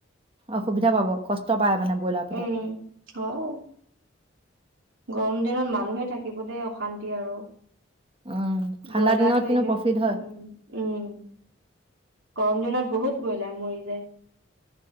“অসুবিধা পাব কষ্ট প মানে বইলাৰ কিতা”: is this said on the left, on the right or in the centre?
Right